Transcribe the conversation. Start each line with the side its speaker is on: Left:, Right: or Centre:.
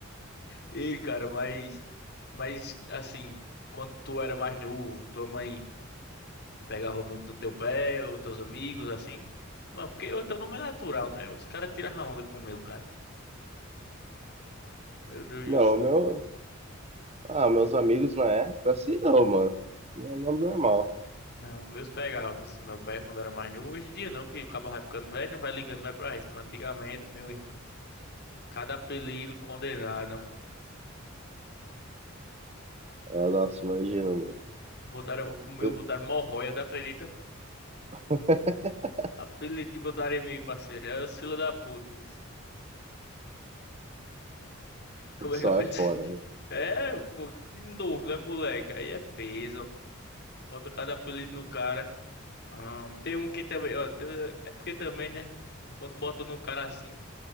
Left: E, cara, mas. Mas, assim, quando tu era mais novo, tua mãe pegava muito no teu pé, ou teus amigos, assim? Não, porque o teu nome é natural, né? Os caras tiravam onda com o meu, cara. Meu Deus
Right: Não,
Left: do
Right: o
Left: céu.
Right: meu. Ah, meus amigos não é? Assim não, mano. Meu nome normal.
Left: Não, meus pegavam isso no meu pé quando era mais novo. Hoje em dia não, que o cabo vai ficando velho, não vai ligando mais pra isso. Mas antigamente, meu irmão. Cada apelido condenado.
Right: Ah, nossa, imagina, mano.
Left: Botaram, o meu
Right: Eu-
Left: botaram Morroia, tu acredita?
Right: <laughs>
Left: Apelido que botaram em mim, parceiro. É o fila da puta. vixe. Como
Right: Só
Left: é que eu pensei?
Right: é foda,
Left: <laughs>
Right: né?
Left: É, pô, de novo, né, moleque? Aí é peso. Bota cada apelido no cara. Ah, tem um que também, ó. tem- é porque também, né? Quando bota no cara assim,